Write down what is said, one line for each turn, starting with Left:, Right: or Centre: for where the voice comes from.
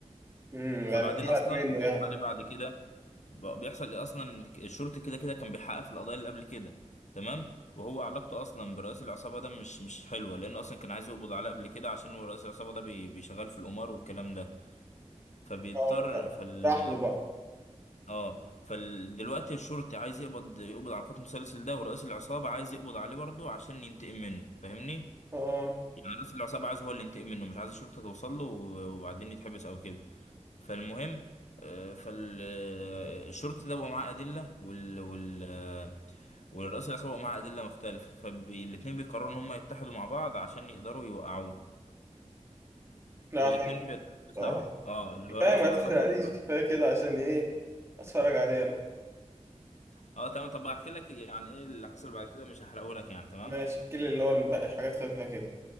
Right: امم يعني
Left: فبعدين
Right: طلعت
Left: أصلا
Right: منه يعني
Left: بيحصل عليه بعد كده بقى بيحصل إيه أصلا الشرطي كده كده كان بيحقق في القضايا اللي قبل كده تمام وهو علاقته أصلا برئيس العصابة ده مش مش حلوة لأنه أصلا كان عايز يقبض عليه قبل كده عشان هو رئيس العصابة ده بي... بيشغل في القمار والكلام ده فبيضطر
Right: اه بقى.
Left: فال...
Right: راح له بقى
Left: اه فدلوقتي الشرطي عايز يقبض يقبض على قاتل المسلسل ده ورئيس العصابة عايز يقبض عليه برضه عشان ينتقم منه فاهمني؟
Right: اه
Left: يعني رئيس العصابة عايز هو اللي ينتقم منه مش عايز الشرطة توصل له و- وبعدين يتحبس أو كده فالمهم فالشرطي ده بقى معاه أدلة وال وال آه، والرئيس العصابة بقى معاه أدلة مختلفة فالاتنين بيقرروا إن هم يتحدوا مع بعض عشان يقدروا يوقعوه
Right: لا
Left: فالاتنين
Right: حلو
Left: بيتحدوا
Right: بصراحة
Left: سوا اه اللي
Right: كفاية
Left: هو رئيس
Right: ما
Left: العصابة
Right: تحرقليش
Left: والشرطي
Right: كفاية كده عشان ايه اتفرج عليه انا
Left: اه تمام طب هحكي لك يعني ايه اللي حصل بعد كده مش هحرقه لك يعني تمام
Right: ماشي احكي لي اللي هو الباقي حاجات خفيفة كده